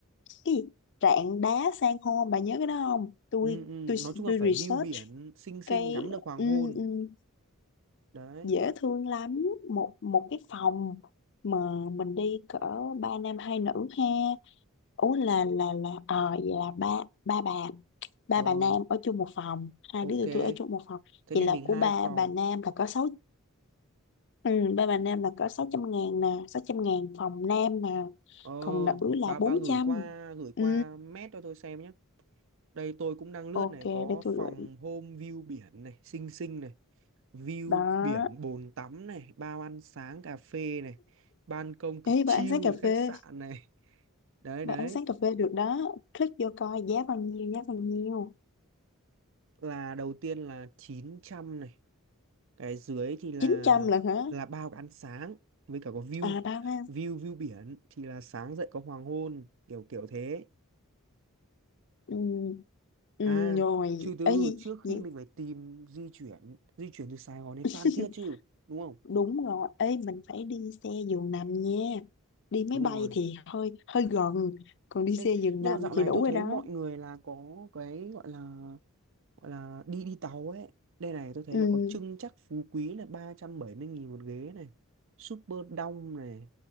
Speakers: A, on the left; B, on the right.
A: cái gì? Rạn đá san hô, bà nhớ cái đó không? Tôi
B: ừ, ừ.
A: tôi
B: nói chung
A: tôi
B: là phải
A: research
B: view biển xinh xinh
A: cái
B: ngắm được hoàng
A: ừm,
B: hôn
A: ừm,
B: đấy
A: dễ thương lắm, một một cái phòng mà mình đi cỡ ba nam hai nữ ha. Ủa là là là ờ vậy là ba ba bà ba
B: ờ
A: bà Nam ở chung một phòng hai
B: ok
A: đứa tụi tôi ở chung một phòng
B: thế
A: vậy
B: thì
A: là
B: mình
A: của
B: hai
A: ba
B: phòng
A: bà Nam là có sáu ừ, ba bà Nam là có sáu trăm ngàn nè sáu trăm ngàn phòng Nam mà
B: ờ
A: còn nữ là
B: bà bà
A: bốn
B: gửi
A: trăm
B: qua gửi
A: ừ
B: qua mét cho tôi xem nhé đây tôi cũng đang lướt
A: ok
B: này có
A: để tôi
B: phòng
A: gửi
B: home view biển này xinh xinh này view
A: đó
B: biển bồn tắm này bao ăn sáng cà phê này ban công cực
A: ý
B: chill
A: bà ăn sáng cà
B: với khách
A: phê
B: sạn này đấy
A: bà
B: đấy
A: ăn sáng cà phê được đó click vô coi giá bao nhiêu giá bao nhiêu
B: là đầu tiên là 900 này cái dưới thì là
A: chín trăm là hả
B: là bao cái ăn sáng với cả có view
A: à ba ba
B: view view biển thì là sáng dậy có hoàng hôn kiểu kiểu thế
A: ừ, ừ,
B: à
A: rồi
B: trừ từ
A: ấy gì
B: trước
A: gì?
B: khi mình phải tìm di chuyển di chuyển từ Sài Gòn đến
A: <laughs>
B: Phan Thiết chứ đúng không
A: Đúng rồi, ê mình phải đi xe giường nằm nha. Đi máy
B: đúng
A: bay
B: rồi
A: thì hơi hơi gần, còn đi
B: Ê,
A: xe giường
B: nhưng
A: nằm
B: mà dạo này
A: thì đủ
B: tôi
A: rồi
B: thấy
A: đó.
B: mọi người là có cái gọi là gọi là đi đi tàu ấy đây này tôi thấy
A: Ừ,
B: là có trưng chắc Phú Quý là 370 nghìn một ghế này Super Đông này